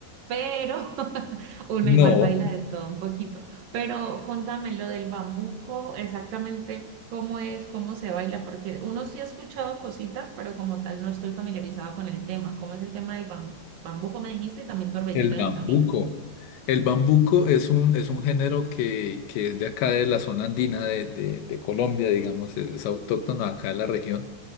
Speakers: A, on the right; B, on the left.
A: pero <laughs> uno
B: No,
A: igual baila de todo un poquito. Pero contame lo del bambuco, exactamente cómo es, cómo se baila, porque uno sí ha escuchado cositas, pero como tal no estoy familiarizada con el tema. ¿Cómo es el tema del bambuco? Bambuco me dijiste y también torbellino
B: El bambuco.
A: en el camino.
B: El bambuco es un, es un género que, que es de acá de la zona andina de, de- de Colombia, digamos, es, es autóctono acá de la región.